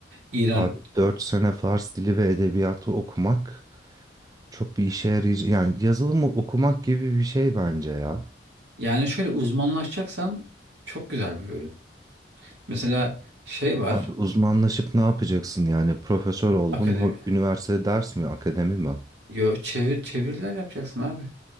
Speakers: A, on the right; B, on the right.
A: İran
B: Abi dört sene Fars dili ve edebiyatı okumak çok bir işe yarayacak. Yani yazılımı okumak gibi bir şey bence ya.
A: yani şöyle uzmanlaşacaksan çok güzel bir bölüm. Mesela şey var
B: Abi uzmanlaşıp ne yapacaksın yani? Profesör oldun,
A: akademi.
B: ho- üniversitede ders mi, akademi mi?
A: Yo çevir çeviriler yapacaksın abi.